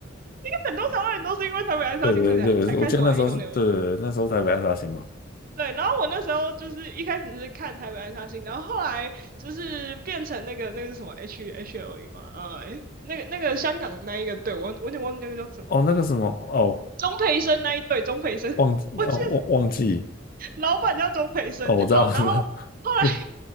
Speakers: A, on the right (about 45°); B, on the left (about 50°).
A: <laughs> 很多台湾人都是因为台北暗杀星才才开始玩英雄联盟。
B: 对对对，我记得那时候是，对对对，那时候台北暗杀星嘛。
A: 对，然后我那时候就是一开始是看台北暗杀星，然后后来就是变成那个那个是什么 H H L E 嘛，呃，诶那个那个香港那一个队，我我有点忘记那个叫什么，
B: 哦，那个什么，哦，
A: 钟培生那一队，钟培生，<laughs>
B: 忘记哦，
A: 我记得
B: 忘忘记，
A: 老板叫钟培生。
B: 哦，我知道，
A: 好，
B: 我知道，
A: 然后后来
B: <laughs>